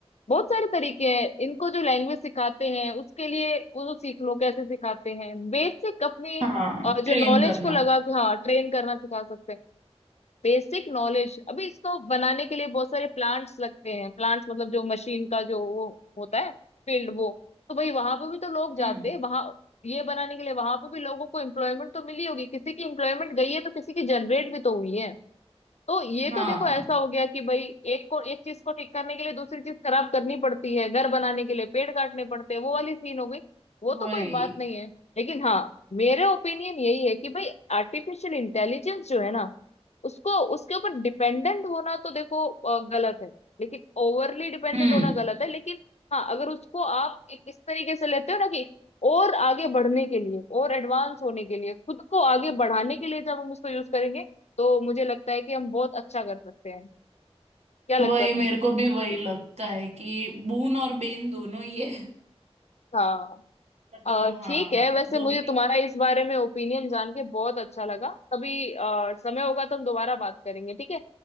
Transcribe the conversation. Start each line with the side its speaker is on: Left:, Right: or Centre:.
Left: बहुत सारे तरीके हैं इनको जो लैंग्वेज सिखाते हैं उसके लिए वो तो सीख लो कैसे सिखाते हैं बेसिक अपनी
Right: हाँ
Left: अ, जो
Right: ट्रेन
Left: नॉलेज
Right: करना
Left: को लगा के हाँ ट्रेन करना सिखा सकते हैं बेसिक नॉलेज अभी इसको बनाने के लिए बहुत सारे प्लांट्स लगते हैं प्लांट्स मतलब जो मशीन का जो वो होता है फील्ड वो तो भाई वहां पे भी तो लोग जाते
Right: हम्म
Left: हैं वहां ये बनाने के लिए वहां पे भी लोगों को एम्प्लॉयमेंट तो मिली होगी किसी की एम्प्लॉयमेंट गई है तो किसी की जनरेट भी तो हुई है तो ये
Right: हाँ
Left: तो देखो ऐसा हो गया कि भाई एक को एक चीज को ठीक करने के लिए दूसरी चीज खराब करनी पड़ती है घर बनाने के लिए पेड़ काटने पड़ते हैं वो वाली सीन हो गई वो
Right: वही
Left: तो कोई बात नहीं है लेकिन हाँ मेरे ओपिनियन यही है कि भाई आर्टिफिशियल इंटेलिजेंस जो है ना उसको उसके ऊपर डिपेंडेंट होना तो देखो अ, गलत है लेकिन ओवरली डिपेंडेंट
Right: हम्म
Left: होना गलत है लेकिन हाँ अगर उसको आप एक इस तरीके से लेते हो ना कि और आगे बढ़ने के लिए और एडवांस होने के लिए खुद को आगे बढ़ाने के लिए जब हम उसको यूज करेंगे तो मुझे लगता है कि हम बहुत अच्छा कर सकते हैं क्या लगता
Right: वही
Left: है तुमको
Right: मेरे को भी वही लगता है कि बून और बेन दोनों ही है
Left: हाँ
Right: मतलब
Left: अ,
Right: हाँ
Left: ठीक है वैसे
Right: दोनों
Left: मुझे तुम्हारा इस बारे में ओपिनियन जान के बहुत अच्छा लगा कभी अ, समय होगा तो हम दोबारा बात करेंगे ठीक है